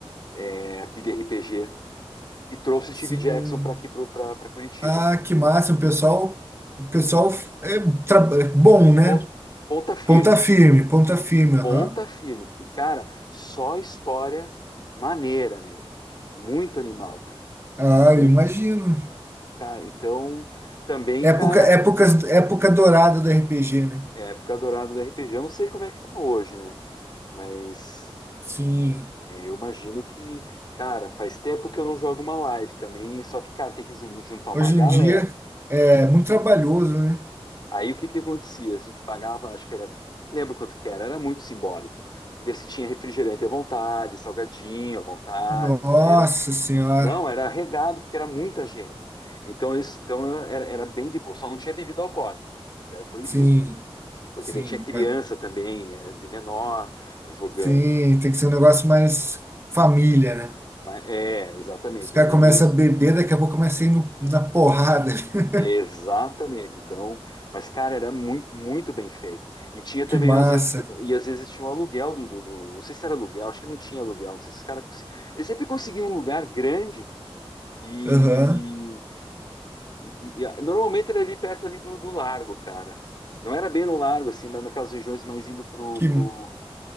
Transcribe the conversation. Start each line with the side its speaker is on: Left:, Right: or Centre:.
Left: é, aqui de RPG, que trouxe o
Right: Sim.
Left: Steve Jackson para aqui, para Curitiba.
Right: Ah, que massa. O pessoal, o pessoal é, tra- é bom, né?
Left: Pon- Ponta firme,
Right: Ponta firme, ponta firme,
Left: ponta
Right: aham.
Left: firme. E, cara, só história maneira, meu. Muito animal, cara.
Right: Ah,
Left: Muito,
Right: eu imagino.
Left: cara. Então. Também,
Right: Época,
Left: cara,
Right: época, época dourada do RPG, né?
Left: é a época dourada do RPG. Eu não sei como é que tá hoje, né? Mas
Right: Sim.
Left: é, eu imagino que, cara, faz tempo que eu não jogo uma live também, só que, cara, tem que jun- juntar uma
Right: Hoje
Left: galera.
Right: em dia é muito trabalhoso, né?
Left: Aí o que que acontecia? A gente pagava, acho que era, lembro quanto que era, era muito simbólico. E daí você tinha refrigerante à vontade, salgadinho à vontade,
Right: Nossa
Left: entendeu?
Right: Senhora.
Left: Não, era regado, porque era muita gente. Então, isso, então era, era bem de boa, só não tinha bebida alcoólica, era proibido.
Right: Sim,
Left: Porque
Right: sim.
Left: daí tinha criança
Right: mas-
Left: também, eh, de menor, jogando.
Right: Sim, tem que ser um negócio mais família, né?
Left: Mas, é, exatamente,
Right: Os caras
Left: menos.
Right: começam a beber, daqui a pouco começa a ir no- na porrada. <laughs>
Left: Exatamente. Então, mas, cara, era muito, muito bem feito. E tinha também,
Right: Que massa.
Left: às vezes, e às vezes tinha o aluguel do, do, do- Não sei se era aluguel, acho que não tinha aluguel. Não sei se os caras. Cons... Eles sempre conseguiam um lugar grande e,
Right: Aham.
Left: e- e- e a- normalmente era ali perto ali do, do largo, cara. Não era bem no largo, assim, mas naquelas regiões mais indo pro,
Right: Que
Left: pro...